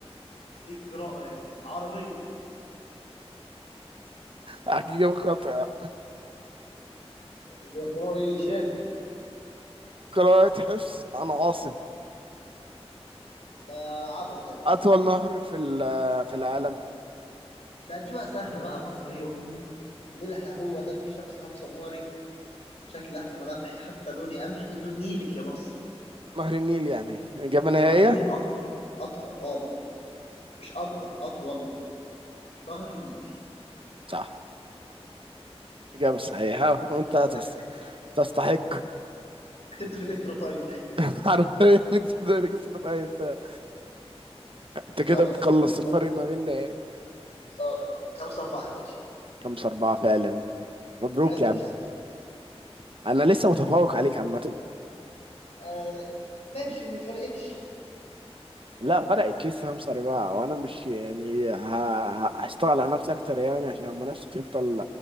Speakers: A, on the left; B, on the right.
A: ايه القراءة يعني العربية
B: حقيقة خاطئة
A: بيقرأوا ايه شامي
B: قراءة حفص عن عاصم
A: ده عبس ده يا باشا
B: أطول نهر في ال- في العالم
A: لا دي بقى سهلة بقى مصر هي أمي نيلها هو دمي شمسها في سماري شكلها في ملامحي حتى لوني قمحي لون نيلك يا مصر
B: نهر النيل يعني إجابة نهائية
A: نهر النيل أطول أطول أه مش أكبر أطول نهر النيل
B: صح إجابة صحيحة وأنت
A: كده
B: تس-
A: أنا كسبت
B: تستحق
A: كسبت في الإكسترا تايم
B: <laughs> حرفيا إنك تقدر تسقط أي إنسان
A: <laughs>
B: أنت كده
A: لا
B: بتقلص
A: بس كانت
B: الفرق
A: حلوة
B: ما بيننا إيه؟
A: أه خمسة أربعة يا باشا
B: خمسة أربعة فعلا مبروك
A: عايز
B: يا
A: منافسين
B: عم أنا لسه متفوق عليك عامة
A: آه ماشي ما فرقتش
B: لا فرقت لسه خمسة أربعة وأنا مش يعني ه... ه- هشتغل على نفسي أكتر يعني عشان المنافسة تفضل